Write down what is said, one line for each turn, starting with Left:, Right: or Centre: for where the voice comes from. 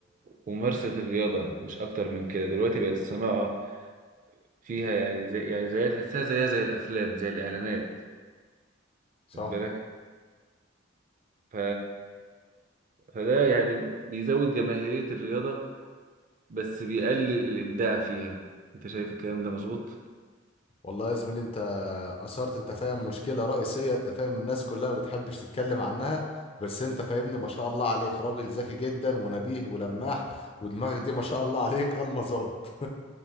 Right: وممارسه الرياضه مش اكتر من كده دلوقتي بقت الصناعه فيها يعني زي يعني زي تحسها زيها زي الافلام زي الاعلانات
Left: صح
Right: خد بالك ف فده يعني بيزود جماهيريه الرياضه بس بيقلل الابداع فيها انت شايف الكلام ده مظبوط
Left: والله يا زميلي انت اثرت انت فاهم مشكله رئيسيه انت فاهم الناس كلها ما بتحبش تتكلم عنها بس انت فاهمني ما شاء الله عليك راجل ذكي جدا ونبيه ولماح ودماغك دي ما شاء الله عليك المظات